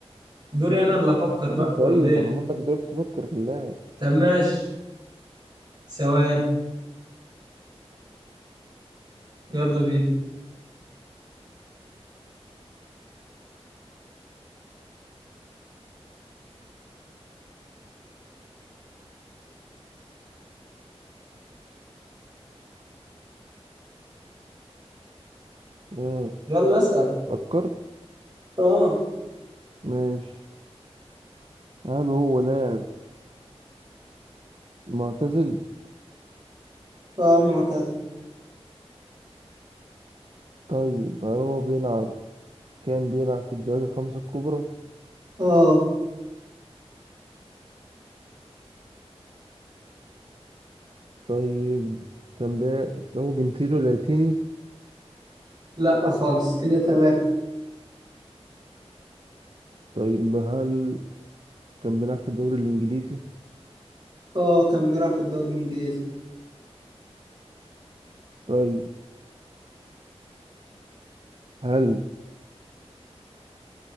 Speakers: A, on the right; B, on the right.
A: دوري أنا اللي أفكر بقى
B: طيب
A: ولا إيه؟
B: انا هقول لك دورك تفكر في اللاعب
A: طب ماشي ثواني يلا بينا
B: مم.
A: يلا أسأل
B: فكرت
A: اه
B: ماشي هل هو لاعب معتزل
A: اه معتزل
B: طيب هل هو بيلعب كان بيلعب في الدوري الخمسة الكبرى
A: اه
B: طيب كان بي... هو جنسيته لاتيني
A: لا خالص كده ثلاثة
B: طيب هل كان بيلعب في الدوري الإنجليزي
A: اه كان بيلعب في الدوري الانجليزي
B: طيب هل